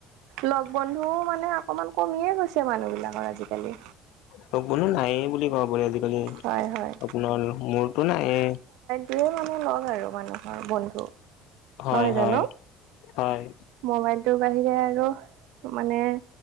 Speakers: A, on the right; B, on the left.
A: লগ বন্ধুও মানে অকমান কমিয়ে গৈছে মানুহ বিলাকৰ আজিকালি।
B: লগ - বন্ধু নায়েই বুলি কব পাৰি আজিকালি
A: হয় হয়
B: আপোনাৰ মোৰটো নায়ে।
A: তোয়ে মানে লগ আৰু মানুহৰ বন্ধু।
B: হয়-হয়-হয়।
A: নহয় জানো মোবাইলটোৰ বাহিৰে আৰু মানে